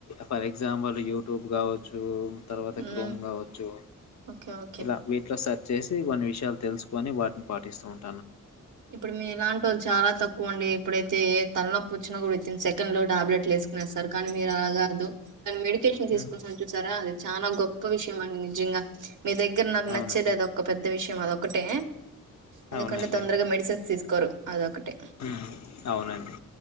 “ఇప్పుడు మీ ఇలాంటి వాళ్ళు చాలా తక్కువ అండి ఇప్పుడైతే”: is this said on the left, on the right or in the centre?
Right